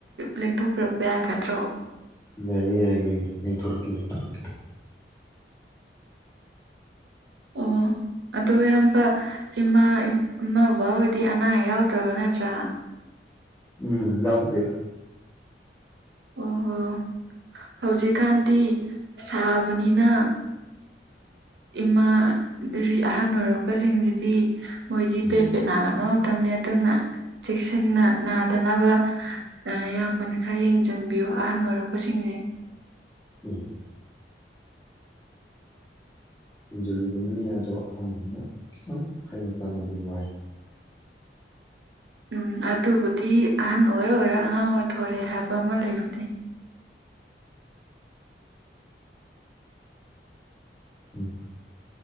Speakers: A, on the right (about 80°); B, on the left (about 15°).
A: ꯂꯦꯡꯊꯣꯛꯄꯤꯔꯛꯄ ꯌꯥꯒꯗ꯭ꯔꯣ
B: ꯌꯥꯏꯌꯦ ꯌꯥꯏꯌꯦ ꯂꯦꯡꯊꯣꯔꯛꯀꯦ ꯂꯦꯡꯊꯣꯔꯛꯀꯦ
A: ꯑꯣ ꯑꯗꯣ ꯏꯌꯥꯝꯕ ꯏꯃꯥ ꯏꯃꯥ ꯕꯕꯥ ꯍꯣꯏꯗꯤ ꯑꯅꯥ ꯑꯌꯦꯛ ꯌꯥꯎꯗꯕ ꯅꯠꯇ꯭ꯔꯥ
B: ꯎꯝ ꯌꯥꯎꯗꯦ
A: ꯑꯣꯍꯣ ꯍꯧꯖꯤꯛꯀꯥꯟꯗꯤ ꯁꯥꯕꯅꯤꯅ ꯏꯃꯥ ꯑꯍꯜ ꯑꯣꯏꯔꯛꯄꯁꯤꯡꯁꯤꯗꯤ ꯃꯣꯏꯗꯤ
B: ꯎꯝ
A: ꯄꯦꯠ ꯄꯦꯠ ꯅꯥꯒꯟꯕ ꯃꯇꯝꯅꯤ ꯑꯗꯨꯅ ꯆꯦꯛꯁꯤꯟꯅ ꯅꯥꯗꯅꯕ ꯏꯌꯥꯝꯕꯅ ꯈꯔ ꯌꯦꯡ ꯆꯟꯕꯤꯌꯨ ꯑꯍꯟ ꯑꯣꯏꯔꯛꯄꯁꯤꯡꯁꯤ
B: ꯎꯝ ꯌꯦꯡꯁꯤꯜꯂꯤꯕꯅꯤꯅꯦ ꯑꯗꯣ ꯑꯍꯥꯟꯕꯅ ꯈꯤꯇꯪ ꯍꯥꯏꯅ ꯇꯥꯟꯅꯕꯗꯤ ꯋꯥꯏ
A: ꯎꯝ ꯑꯗꯨꯕꯨꯗꯤ ꯑꯍꯟ ꯑꯣꯏꯔ ꯑꯣꯏꯔ ꯑꯉꯥꯡ ꯑꯣꯏꯊꯣꯔꯦ ꯍꯥꯏꯕ ꯑꯃ ꯂꯩꯕꯅꯤ
B: ꯎꯝ